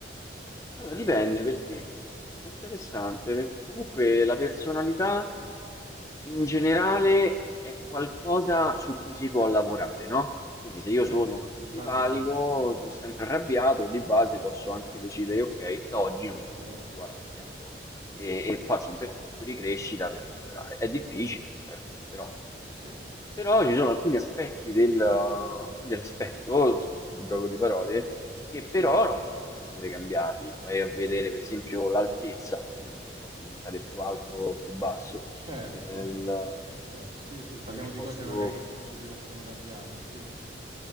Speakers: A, on the left; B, on the right.
A: Allora,
B: Questo
A: dipende
B: è interessante.
A: perché è interessante, perché comunque la personalità in generale è qualcosa su cui si può lavorare, no? Quindi se
B: Sì,
A: io sono
B: in
A: antipatico,
B: base sì,
A: sono sempre arrabbiato, di base posso anche decidere, ok, da oggi
B: poi
A: non sono
B: migliorare.
A: più arrabbiato e, e faccio un percorso di crescita per migliorare. È difficile, certo, però,
B: Sì,
A: però ci sono alcuni aspetti del, dell'aspetto, scusami il gioco di parole, che
B: sì,
A: però non possono essere cambiati. Vai a vedere, per esempio, l'altezza. Io non è che posso diventare più alto o più basso.
B: certo,
A: Eh, la-
B: vabbè, sì, sì,
A: Non
B: parliamo
A: è che
B: di
A: posso.
B: cose magari che comunque si possono cambiare, sì.